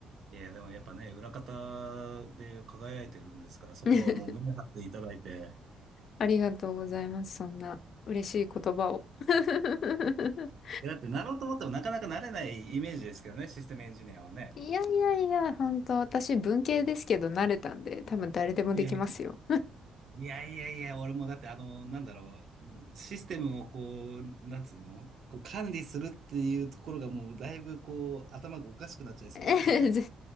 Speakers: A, on the right; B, on the left.
A: いや、でもやっぱね、裏方で輝いてるんですから、そこはもう目張っていただいて。
B: <laughs> ありがとうございます。そんな嬉しい言葉を。<laughs>
A: いや、だってなろうと思ってもなかなかなれないイメージですけどね、システムエンジニアはね。
B: いやいやいや、本当私文系ですけど慣れたんで、多分誰でもできますよ。
A: えいやいやいや、俺もだってあの、なんだろう、システムをこう、なんつうのこう管理するっていうところがもうだいぶこう、頭がおかしくなっちゃいそうな気がし
B: <laughs> 全然。